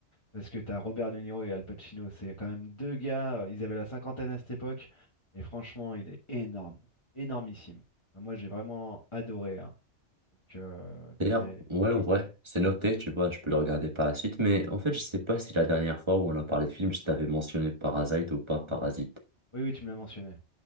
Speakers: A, on the left; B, on the right.
A: Parce que t'as Robert De Niro et Al Pacino. C'est quand même deux gars. euh, Ils avaient la cinquantaine à cette époque. Et franchement, il est énorme. Énormissime. Enfin, Moi, j'ai vraiment adoré. hein. Donc, euh,
B: d'ailleurs,
A: c'est...
B: ouais,
A: Oui?
B: en vrai, c'est noté, tu vois, je peux le regarder par la suite, mais en fait, je sais pas si la dernière fois où on a parlé de film, je t'avais mentionné Parasite ou pas Parasite.
A: Oui, oui, tu me l'as mentionné.